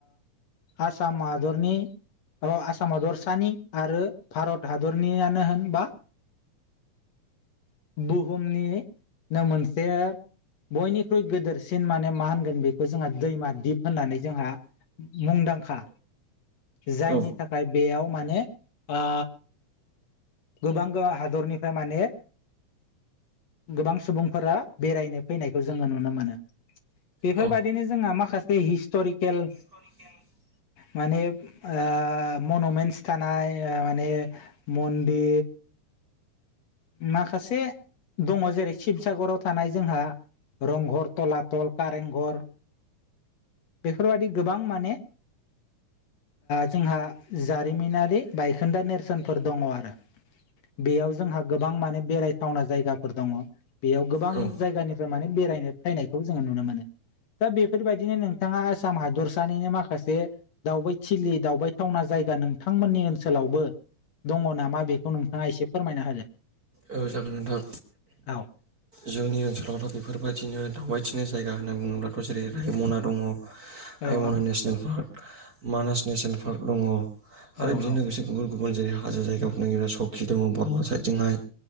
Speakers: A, on the left (about 60°); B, on the right (about 35°).
A: आसाम हादरनि आसाम हादरसानि आरो भारत हादरनियानो होनबा बुहुमनिनो मोनसे बयनिख्रुइ गोदोरसिन माने मा होनगोन बेखौ जोंहा दैमा दिप होननानै जोंहा मुंदांखा जायनि
B: औ
A: थाखाय बेयाव माने ओ गोबां गोबां हादरनिफ्राय माने गोबां सुबुंफोरा बेरायनो फैनायखौ जोङो नुनो मोनो। बेफोरबायदिनो
B: औ
A: जोंहा माखासे हिस्ट'रिकेल
B: <inaudible>
A: माने ओ मनुमेन्टस थानाय माने बे माखासे दङ जेरै शिबसागराव
B: औ
A: थानाय जोंहा रंघर, थलाथल, कारेंघर बेफोरबायदि गोबां माने जोंहा जारिमिनारि बायखोन्दा नेरसोनफोर दङ आरो बेयाव जोंहा गोबां माने बेरायथावना जायगाफोर दङ बेयाव गोबां
B: औ
A: जायगानिफ्राय माने बेरायनो फैनायखौ जोङो नुनो मोनो दा बेफोरबायदिनो नों बिथाङा आसाम हादरसानिनो माखासे दावबायथिलि दावबाय थावना जायगा नोंथांमोननि ओनसोलावबो दङ नामा बेखौ नोंथाङा एसे फोरमायना <unintelligible>
B: औ जागोन नोंथां
A: औ
B: जोंनि ओनसोलावथ' बेफोरबायदिनो दावबायथिनो जायगा होनना बुङोब्लाथ' जेरै रायमना दङ Raimona
A: औ
B: national park, Manas national park दङ
A: औ
B: आरो बिजों लोगोसे गुबुन गुबुन जेरै हाजो जायगाफोर <unintelligible> सकि दङ बरमा साइदथिंहाय